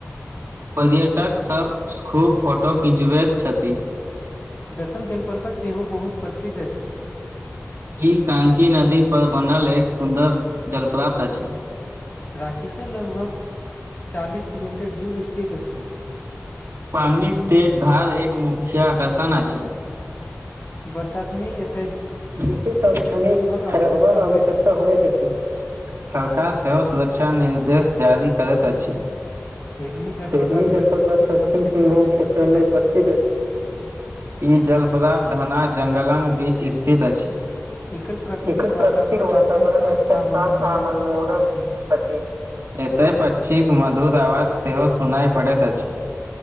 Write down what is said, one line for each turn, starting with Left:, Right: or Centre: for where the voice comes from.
Right: पर्यटक सभ खूब फोटो खिचबैत छथि
Left: दसम जलपर्वत सेहो बहुत प्रसिद्ध अछि
Right: ई कांची नदी पर बनल एक सुन्दर जलप्राप्त अछि
Left: राँची से लगभग चालीस किलोमीटर दूर स्थित अछि
Right: पानी के धार एक मुख्य आकर्षण अछि
Left: बरसातमे एत
Right: बशे अान
Left: आवश्यकता
Right: खरा हबाक आवश्यकता
Left: होइत अछि।
Right: होत छै <unintelligible> सरकार सेहो सुरक्षा निर्देश जारी करैत अछि
Left: हिरनी जलप्रपात
Right: परी
Left: पश्चिम
Right: जलप्रपात
Left: सिंहभूम
Right: पश्चिम
Left: क्षेत्रमे
Right: सिंभूम
Left: प्रसिद्ध
Right: क्षेत्रमे
Left: अछि।
Right: प्रसिद्ध छै <unintelligible> ई जलप्राप्त धना जङ्गलक बीच स्थित अछि
Left: एकर प्राकृतिक
Right: एकर
Left: वातावरण
Right: प्रकृतिक वातावरण
Left: अत्यंत शांत
Right: अत्यंत
Left: आ मनमोहक
Right: शान्त आ मनमोहक
Left: अछि।
Right: अछि एतय पक्षिक मधुर आवाज सेहो सुनाइ पड़ैत अछि